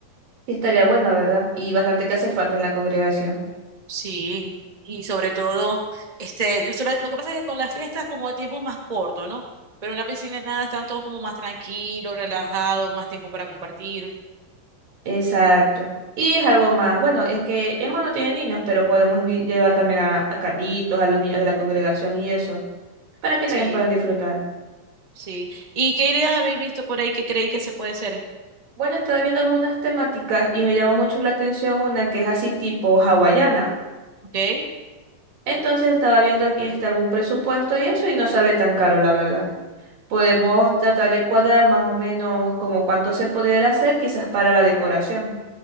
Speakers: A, on the right (about 85°); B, on the right (about 15°).
A: Y estaría bueno, ¿verdad? Y bastante que hace falta en la congregación.
B: Sí. Y sobre todo, este, sobre- lo que pasa es que con las fiestas como el tiempo es más corto, ¿no? Pero en una piscinada están todos como más tranquilos, relajados, más tiempo para compartir.
A: Exacto. Y es algo más. Bueno, es que Emma no tiene niños, pero podemos invi- llevar también a, a Carlitos, a los niños de la congregación y eso, para que
B: Sí.
A: también puedan disfrutar.
B: Sí. ¿Y qué ideas habéis visto por ahí que creéis que se puede hacer?
A: Bueno, estaba viendo algunas temáticas y me llamó mucho la atención una que es así tipo hawaiana.
B: Ok.
A: Entonces estaba viendo aquí está algún presupuesto y eso y no sale tan caro, la verdad. Podemos tratar de cuadrar más o menos como cuánto se pudiera hacer quizás para la decoración.